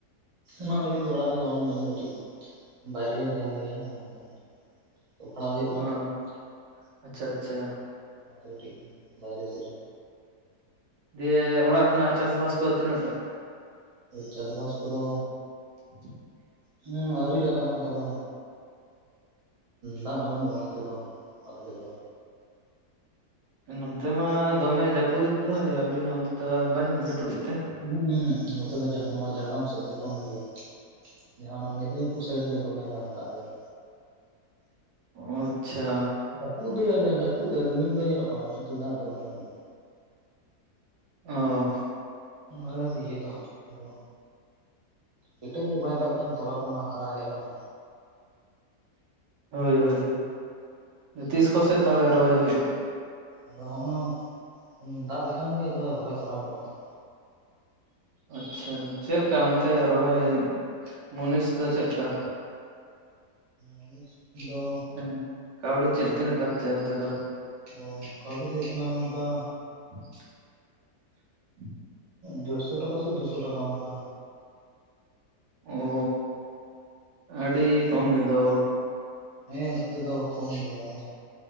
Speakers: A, on the right; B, on the right.
A: ᱢᱟ ᱟᱹᱞᱤᱧ ᱫᱚ ᱚᱲᱟᱜ ᱨᱮᱫᱚ ᱵᱟᱹᱱᱩᱜ ᱞᱤᱧᱟᱹ ᱠᱟᱹᱴᱤᱡ ᱵᱟᱭᱨᱮ ᱨᱮᱞᱤᱧ ᱛᱟᱦᱮᱱ ᱜᱮᱭᱟ ᱚᱱᱛᱮ <unintelligible> ᱠᱟᱱᱟ
B: ᱚᱸ
A: ᱛᱚ
B: ᱟᱪᱪᱷᱟ ᱟᱪᱪᱷᱟ᱾
A: ᱱᱚᱣᱟᱛᱮ ᱠᱟᱹᱴᱤᱡ ᱵᱟᱭᱨᱮ ᱥᱮᱫ ᱨᱮ᱾
B: ᱫᱤᱭᱮ ᱚᱲᱟᱜ ᱨᱮᱱᱟᱜ ᱪᱟᱥᱵᱟᱥ ᱠᱚ ᱛᱤᱱᱟᱹᱜ ᱴᱟᱜ?
A: ᱪᱟᱥ ᱵᱟᱥ ᱠᱚᱫᱚ,
B: <inaudible>
A: ᱦᱮᱸ ᱟᱣᱨᱤ ᱞᱟᱜᱟᱜᱼᱟ ᱚᱱᱠᱟ ᱫᱚ᱾ ᱫᱟᱜ ᱵᱟᱹᱱᱩᱜᱼᱟ, ᱚᱱᱛᱮ ᱫᱚ ᱟᱞᱮᱥᱮᱜ ᱫᱚ᱾
B: ᱱᱚᱱᱛᱮ ᱢᱟ ᱫᱚᱢᱮ ᱡᱟᱹᱯᱩᱫᱮᱜ ᱫᱚᱭ ᱟᱵᱤᱱᱟᱜ ᱚᱱᱛᱮ ᱫᱚ ᱵᱟᱭ ᱡᱟᱹᱯᱩᱫᱮᱜ ᱛᱮ?
A: ᱦᱩᱸ ᱱᱚᱛᱮ ᱫᱚ ᱡᱟᱦ ᱱᱚᱣᱟ ᱡᱷᱟᱲᱜᱨᱟᱢ ᱥᱮᱫ ᱫᱚ ᱠᱚᱢ ᱜᱮᱭᱟ ᱡᱟᱦᱟᱸ ᱚᱱᱟ ᱢᱮᱫᱽᱱᱤᱯᱩᱨ ᱥᱟᱹᱭᱤᱰ ᱫᱚ ᱫᱚᱢᱮ ᱫᱟᱜ ᱫᱟᱭ
B: ᱚᱸᱪᱪᱷᱟ
A: ᱡᱟᱹᱯᱩᱫ ᱫᱚᱭ ᱡᱟᱹᱯᱩᱫ ᱫᱟᱭ ᱨᱤᱢᱤᱞ ᱫᱚ ᱧᱮᱞᱚᱜ ᱠᱟᱱᱟ ᱠᱤᱱᱛᱩ ᱫᱟᱜ ᱫᱚ ᱵᱟᱝ ᱵᱟᱱ ᱵᱟᱹᱱᱩᱜᱼᱟ
B: ᱚᱦ
A: ᱟᱨᱚ ᱤᱭᱟᱹ ᱫᱚ ᱟᱫᱚ ᱠᱮᱴᱮᱡ ᱧᱚᱜ ᱵᱟᱭ ᱫᱟᱜ ᱞᱮᱠᱷᱟᱱ ᱛᱚᱞᱟ ᱠᱚᱢᱟ ᱦᱟᱨᱟ ᱦᱮᱡ ᱟᱠᱟᱱᱟ᱾
B: ᱦᱳᱭ ᱦᱳᱭ ᱛᱤᱥ ᱠᱚᱥᱮᱫ ᱛᱟᱦᱚᱞᱮ ᱨᱚᱦᱚᱭ ᱦᱩᱭᱩᱜᱼᱟ
A: ᱟᱫᱚ ᱦᱚᱸᱜᱚᱭ ᱫᱟᱜ ᱞᱮᱠᱷᱟᱱ ᱜᱮ ᱟᱫᱚ ᱨᱚᱦᱚᱭ ᱟᱨᱟᱢᱵᱚᱜᱼᱟ ᱦᱟᱸᱜ
B: ᱟᱪᱪᱷᱟ ᱪᱮᱫ ᱞᱮᱠᱟ ᱚᱱᱛᱮ ᱨᱚᱦᱚᱭ ᱢᱩᱱᱤᱥ ᱫᱚ ᱪᱮᱫ ᱞᱮᱠᱟ
A: ᱢᱩᱱᱤᱥ ᱫᱚ
B: ᱦᱮᱸ ᱠᱟᱹᱣᱰᱤ ᱪᱮᱫ ᱛᱤᱱᱟᱹᱜ ᱠᱟᱛᱮ ᱚᱱᱛᱮ ᱫᱚ
A: ᱚ ᱠᱟᱹᱣᱰᱤ ᱫᱚ ᱦᱩᱭᱩᱜ ᱠᱟᱱᱟ ᱚᱱᱠᱟ
B: <unintelligible>
A: ᱰᱮᱲᱥᱚ ᱴᱟᱠᱟ ᱥᱮ ᱫᱩᱥᱚ ᱴᱟᱠᱟ ᱚᱱᱠᱟ
B: ᱚ ᱟᱹᱰᱤ ᱠᱚᱢ ᱜᱮᱫᱚ
A: ᱦᱮᱸ ᱱᱚᱛᱮ ᱫᱚ ᱠᱚᱢ ᱜᱮᱭᱟ ᱟᱫᱚ